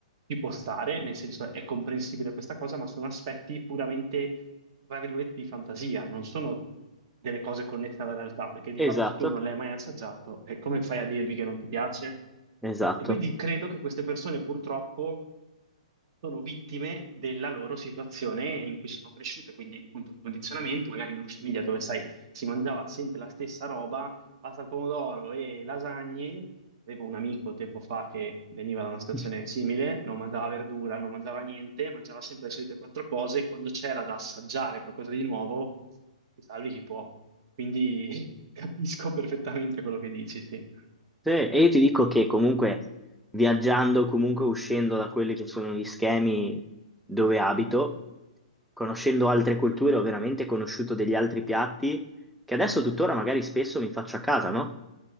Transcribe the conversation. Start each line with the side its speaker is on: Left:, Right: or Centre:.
Right: Ci può stare, nel senso è comprensibile questa cosa, ma sono aspetti puramente, tra virgolette, di fantasia, non sono delle cose connesse alla realtà, perché di
Centre: esatto,
Right: fatto se tu non l'hai mai assaggiato, eh, come fai a dirmi che non ti piace?
Centre: esatto.
Right: E quindi credo che queste persone purtroppo sono vittime della loro situazione in cui sono cresciute, quindi appunto il condizionamento, magari una famiglia dove sai, si mangiava sempre la stessa roba, pasta al pomodoro e lasagne. Avevo un amico tempo fa che veniva da una situazione
Centre: <laughs>
Right: simile, non mangiava verdura, non mangiava niente, mangiava sempre le solite quattro cose e quando c'era da assaggiare qualcosa di nuovo, ti salvi chi può. Quindi <laughs> capisco perfettamente quello che dici, sì.
Centre: Sì, e io ti dico che comunque viaggiando, comunque uscendo da quelli che sono gli schemi dove abito, conoscendo altre culture, ho veramente conosciuto degli altri piatti che adesso tuttora magari spesso mi faccio a casa, no?